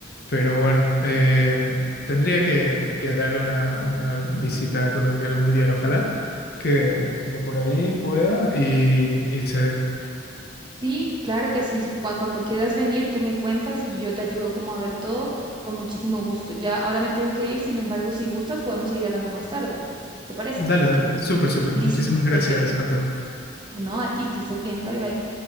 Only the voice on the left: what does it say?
Pero bueno, em, tendría que, que darle una, una visita a Colombia algún día, ojalá que de por ahí pueda y, y se dé.
Dale, dale. Súper, súper.
Muchísimas gracias,
Anton. Me